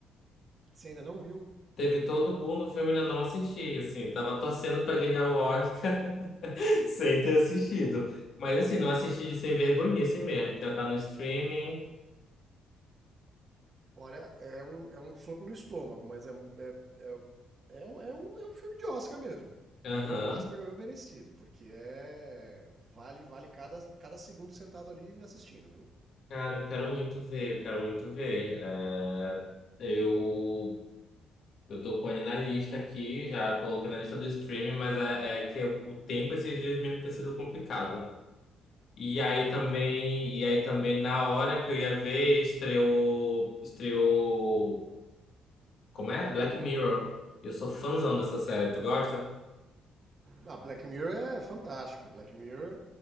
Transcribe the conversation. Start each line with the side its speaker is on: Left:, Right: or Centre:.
Right: Você ainda não viu?
Left: Teve todo o boom do filme e ainda não assisti, assim. Tava torcendo pra ganhar o Oscar <laughs> sem ter assistido. Mas, assim, não assisti de sem vergonhice mesmo. Já tá no streaming.
Right: Olha, é um, é um soco no estômago, mas é, é, é, é um, é, um, é um filme de Oscar mesmo.
Left: Aham.
Right: Ganhou o Oscar, ganhou merecido, porque é. Vale, vale cada, cada segundo sentado ali assistindo, viu?
Left: Cara, eu quero muito ver, eu quero muito ver. É, eu, eu tô com ele na lista aqui, já coloquei na lista do streaming, mas é, é que o tempo esses dias mesmo tem sido complicado. E aí também, e aí também na hora que eu ia ver, estreou, estreou, como é? Black Mirror. Eu sou fãzão dessa série, tu gosta?
Right: Ah, Black Mirror é fantástico. Black Mirror,